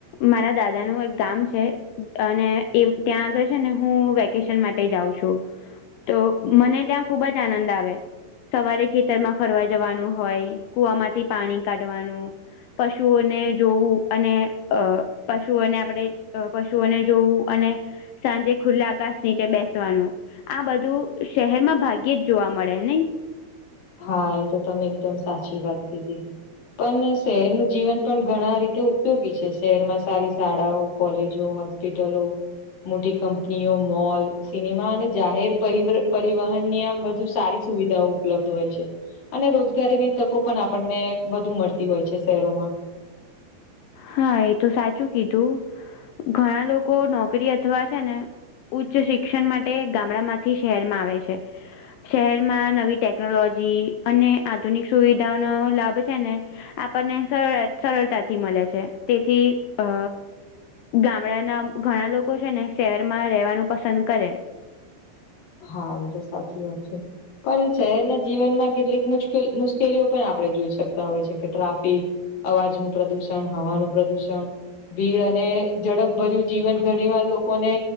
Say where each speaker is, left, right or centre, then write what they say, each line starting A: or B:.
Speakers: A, on the left; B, on the left.
A: મારા દાદા નું એક ગામ છે. અને ત્યાં આગળ ને હું વેકેશન માટે જાઉં છું‌. તો મને ત્યાં ખુબ જ આનંદ આવે તો. સવારે ખેતરમાં ફરવા જવાનું હોય કુવામાંથી પાણી કાઢવાનું. પશુઓને જોવું અને અ પશુઓને આપણે પશુઓને જોવું અને. સાંજે ખુલ્લા આકાશ નીચે બેસવાનું. આ બધું શહેર માં ભાગ્યે જ જોવા મળે નઈ.
B: હા એ તો તમે એકદમ સાચી વાત કીધી્ પણ શહેરનું જીવન પણ ઘણા રીતે ઉપયોગી છે. શહેરમાં સારી શાળાઓ કોલેજો હશે. હોસ્પિટલો... મોટી કંપનીઓ મોલ સિનેમા અને જાહેર પરિવહન ની આમ વધુ સારી. સુવિધા ઉપલબ્ધ. હોય છે અને રોજગારીની તકો પણ આપણને વધુ મળતી હોય છે. શહેરોમાં
A: હા એ તો સાચું કીધું ઘણા લોકો નોકરી અથવા છે. ને ઉચ્ચ શિક્ષણ માટે ગામડા માંથી શહેરમાં આવે છે. શહેરમાં નવી ટેકનોલોજી અને આધુનિક સુવિધાઓનો લાભ છે. ને આપણને સર સરળતાથી મળે છે તેથી અ. ગામડાના ઘણા લોકો છે. ને શહેરમાં રહેવાનું પસંદ કરે.
B: હા એ તો સાચી વાત છે. પણ શહેરના જીવનમાં કેટલીક મુશકેલી મુશ્કેલીઓ પણ આપડણે જોઈ શકતા હોય છે. કે ટ્રાફિક અવાજ નું પ્રદુષણ, હવાનું પ્રદુષણ, ભીડ અને ઝડપભર્યું જીવન ઘણી વાર લોકોને.